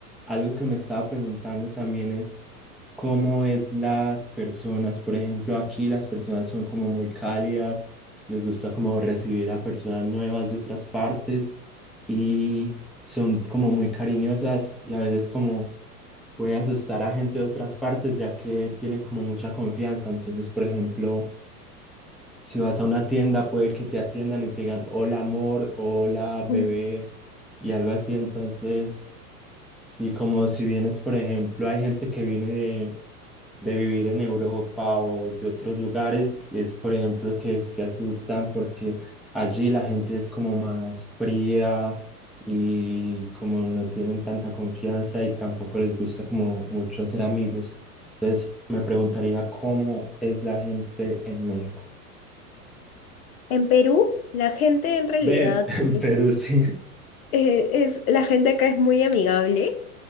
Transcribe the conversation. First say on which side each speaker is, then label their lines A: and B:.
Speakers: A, in the centre; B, on the left.
A: algo que me estaba preguntando también es cómo es las personas. Por ejemplo, aquí las personas son como muy cálidas, les gusta como recibir a personas nuevas de otras partes y son como muy cariñosas y a veces como puede asustar a gente de otras partes ya que tienen como mucha confianza. Entonces, por ejemplo... Si vas a una tienda, puede que te atiendan y te digan hola amor, hola bebé
B: Ujú.
A: y algo así. Entonces, sí, como si vienes, por ejemplo, hay gente que viene de, de vivir en Europa o de otros lugares y es, por ejemplo, que se asustan porque allí la gente es como más fría y como no tienen tanta confianza y tampoco les gusta como mucho hacer amigos. Entonces, me preguntaría cómo es la gente en México.
B: En Perú, la gente en realidad
A: Ve, <laughs>
B: es,
A: pero sí,
B: eh, es, la gente acá es muy amigable.